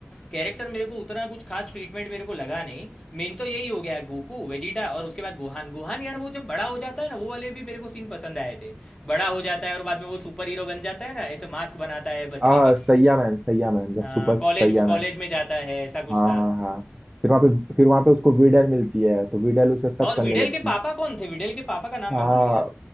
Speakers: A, on the left; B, on the right.
A: कैरेक्टर मेरे को उतना कुछ खास ट्रीटमेंट मेरे को लगा नहीं मेन तो यही हो गया गोकू वेजिटा और उसके बाद गोहान गोहान यार वो जब बड़ा हो जाता है ना वो वाले भी मेरे को सीन पसंद आए थे बड़ा हो जाता है और बाद में वो सुपर हीरो बन जाता है ना ऐसे मास्क बनाता है बचने
B: आ,
A: के लिए
B: सैया man Saiyaman the
A: हाँ
B: super सैया
A: कॉलेज कॉलेज
B: मैन
A: में जाता है ऐसा कुछ
B: हाँ
A: था
B: हाँ हाँ फिर वहाँ पे फिर वहाँ पे उसको वीडल मिलती है तो वीडल उस पे शक
A: और
B: करने
A: विडेल
B: लगती
A: के पापा
B: है
A: कौन थे विडेल के पापा का नाम
B: हाँ
A: मैं भूल गया